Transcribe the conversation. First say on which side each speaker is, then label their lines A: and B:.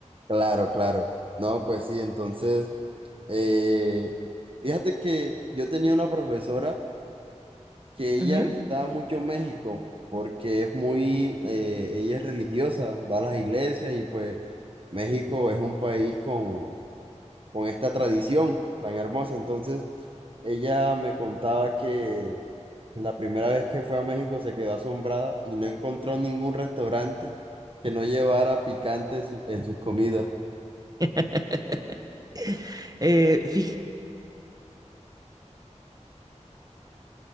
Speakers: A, on the right; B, on the right.
A: Claro, claro. No, pues sí, entonces... Eh, fíjate que yo tenía una profesora que ella
B: Ujú.
A: visitaba mucho México porque es muy, eh, ella es religiosa, va a las iglesias y pues México es un país con, con esta tradición tan hermosa. Entonces ella me contaba que la primera vez que fue a México se quedó asombrada y no encontró ningún restaurante que no llevara picante en su- en sus comidas.
B: <laughs> Eh, fíjate,